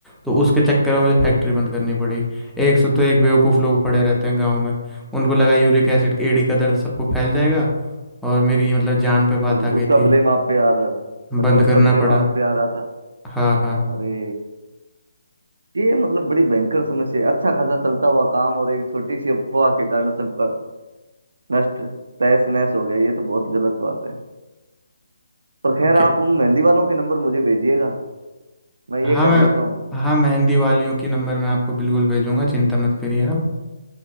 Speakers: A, in the centre; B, on the right (about 75°).
A: तो उसके चक्कर में मुझे फैक्ट्री बंद करनी पड़ी एक से तो एक बेवकूफ़ लोग पड़े रहते हैं गाँव में उनको लगा यूरिक एसिड एड़ी का दर्द सबको फैल जाएगा और मेरी मतलब जान पे बात
B: और
A: आ गई
B: उसका
A: थी
B: ब्लेम आप पे आ रहा था अच्छा
A: बंद
B: उसका
A: करना
B: ब्लेम
A: पड़ा
B: आप पे आ रहा था
A: हाँ हाँ
B: अरे ये मतलब बड़ी भयंकर समस्या है अच्छा खासा चलता हुआ काम और एक छोटी सी अफवाह के कारण सबका नष्ट तहस नहस हो गया ये तो बहुत गलत बात है पर खैर
A: अब क्या
B: आप उन मेहंदी वालों के नंबर मुझे भेजिएगा मैं
A: हाँ
B: ये कर
A: मैं
B: लेता हूँ
A: हाँ मेहंदी वालियों की नंबर मैं आपको बिल्कुल भेजूंगा चिंता मत करिए आप